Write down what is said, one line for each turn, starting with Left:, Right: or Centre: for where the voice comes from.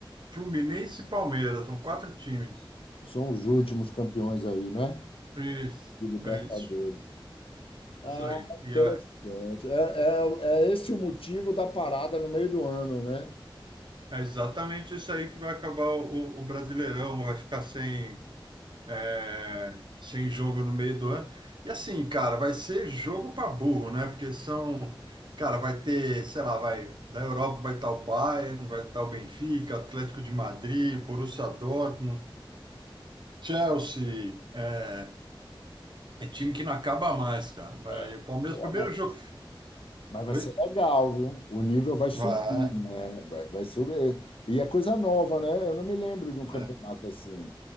Right: Fluminense e Palmeiras, são quatro times.
Left: São os últimos campeões aí, né?
Right: Isso,
Left: De Libertadores.
Right: é isso,
Left: Ah,
Right: isso aí. E
Left: interessante.
Right: é,
Left: É, é, é esse o motivo da parada no meio do ano, né?
Right: é exatamente isso aí que vai acabar o, o Brasileirão, vai ficar sem é, sem jogo no meio do ano. E assim, cara, vai ser jogo para burro, né? Porque são, cara, vai ter, sei lá, vai da Europa vai estar o Bayern, vai estar o Benfica, Atlético de Madrid, Borussia Dortmund, Chelsea, é, é time que não acaba mais, cara. Vai,
Left: É.
Right: o Palmeiras
Left: Pô,
Right: primeiro
Left: mas
Right: jogo.
Left: mas vai
Right: Oi?
Left: ser legal, viu? O nível vai subir,
Right: Vai.
Left: né? Vai, vai subir. E é coisa nova, né? Eu não me lembro de um campeonato
Right: é.
Left: assim.